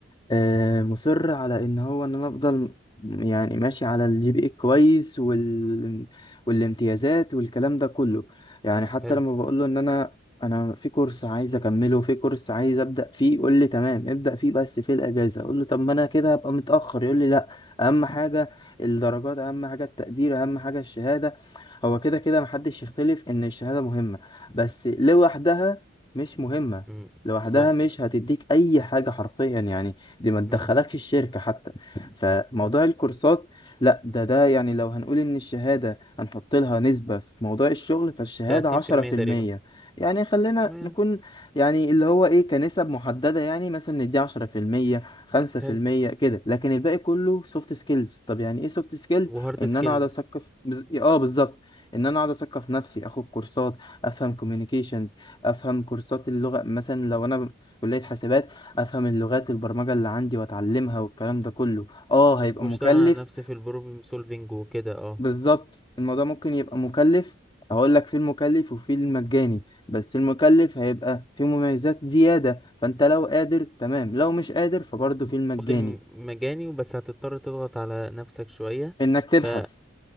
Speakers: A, on the left (about 25°); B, in the centre.
A: آه، مصر على ان هو ان انا افضل يعني ماشي على الجي بي اي كويس وال... والامتيازات والكلام ده كله يعني حتى
B: حلو
A: لما بقول له ان انا انا في كورس عايز اكمله في كورس عايز ابدا فيه يقول لي تمام ابدا فيه بس في الاجازه اقول له طب ما انا كده هبقى متاخر يقول لي لا اهم حاجه الدرجات اهم حاجه التقدير اهم حاجه الشهاده هو كده كده محدش يختلف ان الشهاده مهمه بس لوحدها مش مهمه
B: امم
A: لوحدها
B: بالظبط
A: مش هتديك اي حاجه حرفيا يعني دي ما تدخلكش
B: امم
A: الشركة حتى فموضوع الكورسات لا ده ده يعني لو هنقول ان الشهادة هنحط لها نسبة في موضوع الشغل فالشهادة
B: 30%
A: عشرة في
B: تقريبا
A: المية يعني خلينا
B: تمام
A: نكون يعني اللي هو ايه كنسب محددة يعني مثلا ندي عشرة في المية خمسة
B: حلو
A: في المية كده لكن الباقي كله سوفت سكيلز طب يعني ايه سوفت سكيلز
B: وهارد
A: ان
B: سكيلز
A: انا اقعد اثقف بز- اه بالظبط ان انا اقعد اثقف نفسي اخد كورسات افهم كوميونيكيشنز افهم كورسات اللغة مثلا لو انا في كلية حاسبات افهم اللغات البرمجه اللي عندي واتعلمها والكلام ده كله اه هيبقى
B: واشتغل
A: مكلف
B: على نفسي في البروبلم سولفينج وكده اه
A: بالظبط الموضوع ممكن يبقى مكلف هقول لك في المكلف وفي المجاني بس المكلف هيبقى فيه مميزات زياده فانت لو قادر تمام لو مش قادر فبرضه في المجاني
B: خد المجاني وبس هتضطر تضغط على نفسك شويه
A: انك تبحث
B: ف